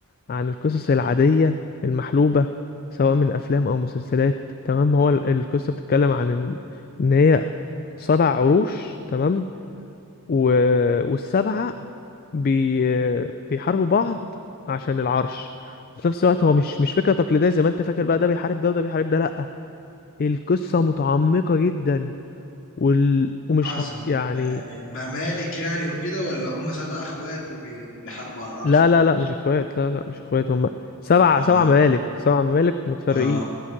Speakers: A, on the left; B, on the left.
A: عن القصص العادية المحلوبة سواء من افلام او مسلسلات تمام هو ال- القصة بتتكلم عن ان إن هي سبع عروش تمام و... والسبعة بي... بيحاربوا بعض عشان العرش وفي نفس الوقت هو مش مش فكرة تقليدية زي ما انت فاكر بقى ده بيحارب ده وده بيحارب ده لا القصة متعمقة جدا وال... ومش
B: لحظة
A: هت... يعني
B: يعني ممالك يعني وكده ولا هم سبع اخوات وبيحاربوا على العرش
A: لا
B: ولا
A: لا لا
B: ايه بالظبط
A: مش اخوات لا لا مش اخوات هم سبع
B: امم
A: سبع ممالك سبع ممالك متفرقين
B: اه